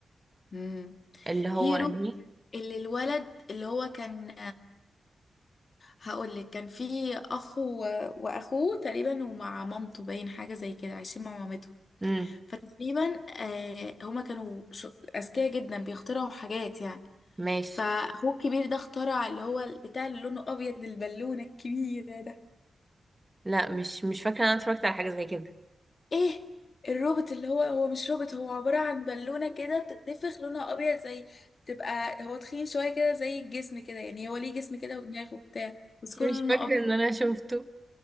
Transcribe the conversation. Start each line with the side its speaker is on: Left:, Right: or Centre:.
Left: امم
Right: اللي هو
Left: هيرو
Right: انهي
Left: اللي الولد اللي هو كان هقول لك كان فيه اخ و- واخوه تقريبا ومع مامته باين حاجة زي كده عايشين مع مامته
Right: امم
Left: فتقريبا آه هما كانوا ش- اذكياء جدا بيخترعوا حاجات يعني
Right: ماشي
Left: فاخوه الكبير ده اخترع اللي هو البتاع اللي لونه ابيض البالونه الكبيره ده
Right: لا مش مش فاكرة ان انا اتفرجت على حاجة زي كده
Left: ايه الروبوت اللي هو هو مش روبوت هو عباره عن بالونه كده بتتنفخ لونها ابيض زي تبقى هو تخين شويه كده زي الجسم كده يعني هو ليه جسم كده ودماغ وبتاع بس كله
Right: <laughs> مش
Left: لونه
Right: فاكرة
Left: ابيض
Right: ان انا شفته